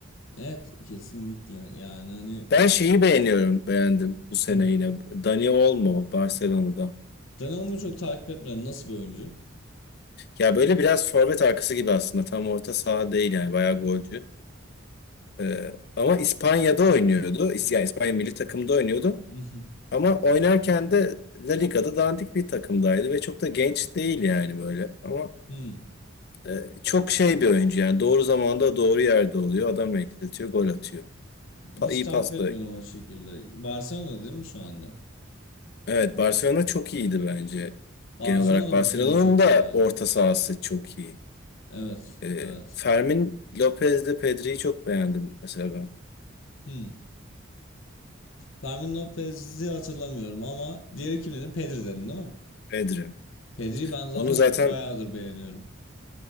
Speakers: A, on the left; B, on the left.
A: Evet kesinlikle yani hani
B: Ben şeyi beğeniyorum, beğendim bu sene
A: <laughs>
B: yine. Dani Olmo Barcelona'da.
A: Donnarumma çok takip etmedim nasıl bir oyuncu?
B: Ya böyle biraz forvet arkası gibi aslında. Tam orta saha değil yani bayağı golcü. Ee, ama İspanya'da oynuyordu. İs- Yani İspanya milli takımda oynuyordu.
A: <laughs>
B: Ama oynarken de La Liga'da dandik bir takımdaydı ve çok da genç değil yani böyle. Ama
A: Hmm,
B: E, çok şey bir oyuncu yani. Doğru zamanda doğru yerde oluyor. Adam eksiltiyor, gol atıyor. Pa
A: Hiç
B: iyi
A: takip
B: pasta
A: etmedim o şekilde. Barcelona değil mi şu anda?
B: Evet, Barcelona çok iyiydi bence.
A: Barcelona
B: Genel olarak Barcelona'nın
A: da bu sene çok
B: da
A: iyi evet.
B: orta sahası çok iyi.
A: Evet
B: E,
A: evet.
B: Fermin Lopez'le Pedri'yi çok beğendim mesela ben.
A: Hmm. Fermin Lopez'i hatırlamıyorum ama diğeri kim dedin? Pedri dedin değil mi?
B: Pedri.
A: Pedri'yi ben zaten
B: onu zaten
A: bayağıdır beğeniyorum.